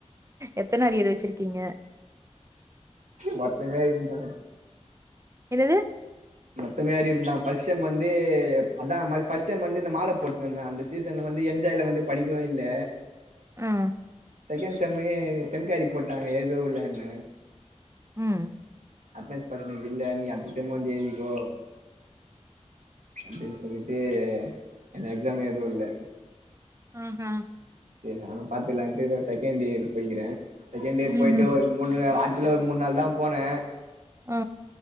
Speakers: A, on the right; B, on the right.
A: எத்தன அரியர் வெச்சிருக்கீங்க
B: மொத்தமே இருந்தா
A: என்னது
B: மொத்தமே அரியர்ந்தா ஃபஸ்ட் செம் வந்து அதா பஸ்ட் சம் வந்து இந்த மால போட்னுந்தே அந்த சீசன்ல வந்து என்ஜாய்ல வந்து படிக்கவு இல்ல
A: ஆ
B: செகன்ட் செம்லே <unintelligible> போட்டாங்க ஏதோ இல்லனு
A: ம்
B: அட்னஸ் பஸ்ன்டேஜ் இல்ல நீ அட்த்த செம் வந்து எழ்திக்கோ அப்டின் சொல்லிட்டு என்ன எக்ஸாம் எழுதவுல்ல
A: அ ஹ
B: செரி நானு பாத்துக்லான்ட்டு செகண்ட் இயர் போய்கிறே செகண்ட் இயர்
A: ம்ஹும்
B: போயிட்டு ஒரு மூனு வார்த்ல ஒரு மூன்நாள்தா போனே
A: ஆ